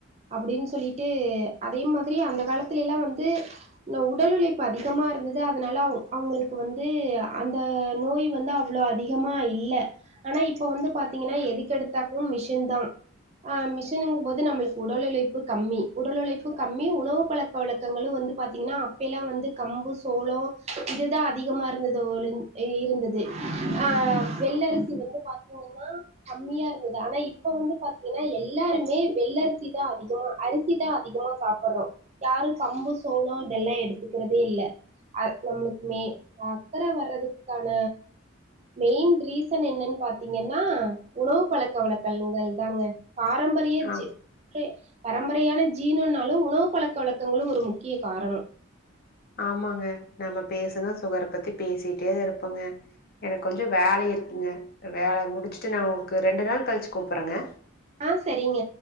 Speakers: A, on the right (about 30°); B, on the left (about 45°).
A: அப்டின் சொல்லிட்டு அதே மாதுரி அந்த காலத்துல எல்லா வந்து <unintelligible> உடல் உழைப்பு அதிகமா இருந்தது அதுனால அவ் அவுங்களுக்கு வந்து அந்த நோய் வந்து அவ் வ்ளோ அதிகமா இல்ல ஆனா இப்ப வந்து பாத்திங்கன்னா எதுக்கெடுத்தாலு மிஷின் தா ஆ மிஷுனுங்கும் போது நம்ளுக் உடல் உழைப்பு கம்மி உடல் உழைப்பு கம்மி உணவு பழக் பழக்க வளக்கங்களு வந்து பாத்திங்கன்னா அப்பெய்லா வந்து கம்பு சோளொ இதுதா அதிகமா இருந்தது ஒளுஞ் அ இருந்தது ஆ வெள்ளரிசி வந்து பாத்திங்கன்னா கம்மியா இருந்தது ஆனா இப்ப வந்து பாத்திங்கன்னா எல்லாருமே வெள்ளரிசி தா அதிகமா அரி சிதா அதிகமா சாப்பட்றோ யாரும் கம்பு சோளொ இதெல்லா எடுத்துக்குறதே இல்ல அ நம்மளுக்குமே அக்கர வர்றதுக்கான மெய்ன் ரீசன் என்னன்னு பாத்திங்கன்னா உணவு பழக்க வழக்கங்கள் தாங்க பாரம்பரிய
B: ஆ,
A: ச்சி <unintelligible> பரம்பரையான ஜீனுனாலு உணவு பழக்க வழக்கங்களும் ஒரு முக்கிய காரணொ
B: ஆமாங்க நம்ம பேசுனா சுகர பத்தி பேசிட்டே தெ இருப்போங்க எனக்கு கொஞ்ச வேலை இருக்குங்க வேலை முடிச்சுட்டு நா ஒங்கு ரெண்டு நாள் கழுச்சு கூப்புட்றெங்க
A: ஆ செரிங்க